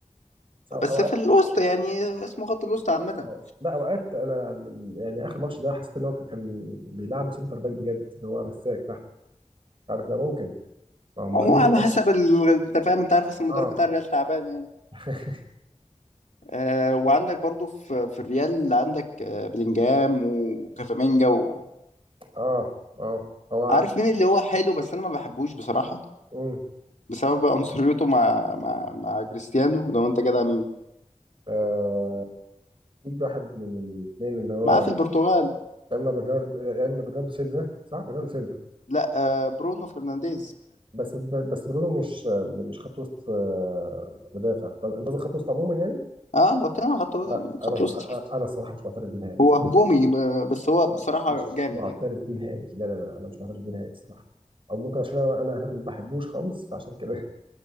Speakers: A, on the right (about 45°); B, on the left (about 70°).
A: صح، أو
B: بس
A: اوقات
B: في الوسط يعني اسمه خط الوسط عامة
A: أو لا اوقات انا ال- يعني اخر ماتش ده حسيت ان هو كان بيلعبه سنتر باك بجد اللي هو مساك تحت عارف ده ممكن اه مهنيني
B: هو على
A: برضه.
B: حسب ال... انت فاهم انت عارف اصل المدرب
A: اه
B: بتاع الريال تعبان يعني
A: <laughs>
B: آه وعندك برضو في في الريال اللي عندك آه بلينجهام وكافامينجا و...
A: اه اه هو
B: عارف مين اللي هو حلو بس انا ما بحبوش بصراحة
A: امم
B: بسبب عنصريته مع مع مع كريستيانو لو انت جدع مين
A: آه، اكيد واحد من الاثنين اللي هو
B: معاه
A: يا
B: في البرتغال
A: اما برنارد يا اما برناردو سيلفا صح برناردو سيلفا
B: لا آه برونو فرنانديز
A: بس بس برونو مش مش خط وسط آه، مدافع طب انت قصدك خط وسط عموما يعني
B: اه انا بتكلم عن خط
A: لا انا
B: خط وسط
A: انا أنا الصراحه مش معترف بيه نهائي
B: هو هجومي ب- بس هو بصراحة
A: مش
B: جامد
A: معترف
B: يعني
A: بيه نهائي لا لا لا انا مش معترف بيه نهائي الصراحه او ممكن عشان انا انا انا ما بحبوش خالص فعشان كده